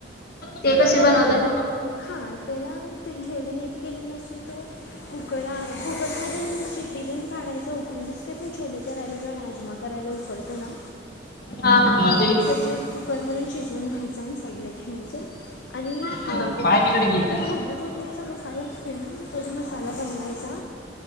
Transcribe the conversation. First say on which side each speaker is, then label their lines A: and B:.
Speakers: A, on the left; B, on the left.
A: ते कसे बनवत.
B: हा त्याला ते घेवण नीट केली नसते तो कुकर कुकर म शिट्टी काढायच उकडून दिसक पण छले करायला किंवा राजमाग करायला उकलतं ना.
A: हा हा.
B: तेच कुकरमधून शिजवून घ्यायचं. पगलं ठेवायचं आणि
A: हा
B: हे
A: पाय तिकडे घे
B: आपलं
A: त्याला
B: खोबलं तोच मी ज मसाला असतो ना तोच मसाला बनवायचा